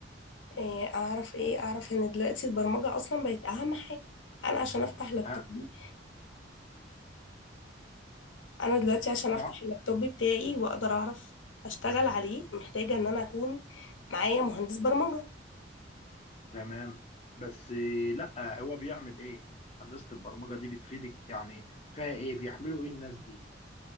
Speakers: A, on the left (about 85°); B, on the left (about 35°).
A: إيه اعرف ايه اعرف ان دلوقتي البرمجة اصلا بقت اهم حاجة انا عشان افتح لابتوبي
B: ها
A: انا دلوقتي عشان
B: لا
A: افتح اللابتوب بتاعي واقدر اعرف اشتغل عليه محتاجة ان انا اكون معايا مهندس برمجة
B: تمام بس إيه، لا هو بيعمل ايه هندسة البرمجة دي بتفيدك يعني فيها ايه بيعملوا ايه الناس دي